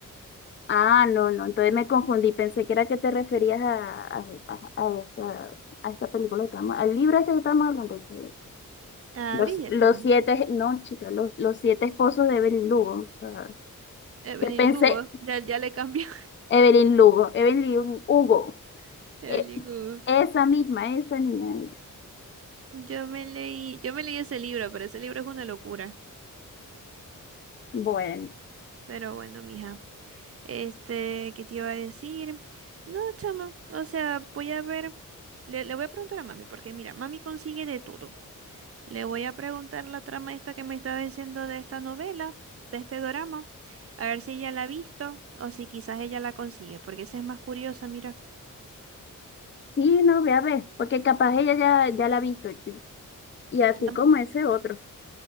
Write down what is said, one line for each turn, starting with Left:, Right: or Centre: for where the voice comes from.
Left: Ah, no, no, entonces me confundí, pensé que era que te referías a, a, a- a esta, a esta película que estamos, al libro este que estamos hablando, que
Right: Ah,
Left: los,
Right: Bridgerton.
Left: los siete, no, chica, los, los siete esposos de Evelyn Lugo, o sea,
Right: Evelyn
Left: que pensé,
Right: Lugo, ya, ya le cambió.
Left: Evelyn Lugo, Evelyn Hugo,
Right: <laughs> Evelyn
Left: e-
Right: Hugo.
Left: esa misma, esa niña,
Right: Yo me leí, yo me leí ese libro, pero ese libro es una locura.
Left: bueno,
Right: Pero bueno, mija. Este, ¿qué te iba a decir? No, chama, o sea, voy a ver, le, le voy a preguntar a mami, porque mira, mami consigue de todo. Le voy a preguntar la trama esta que me estaba diciendo de esta novela, de este dorama, a ver si ella la ha visto o si quizás ella la consigue, porque esa es más curiosa, mira,
Left: sí, no, voy a ver, porque capaz ella ya, ya la ha visto, y y así
Right: la,
Left: como ese otro,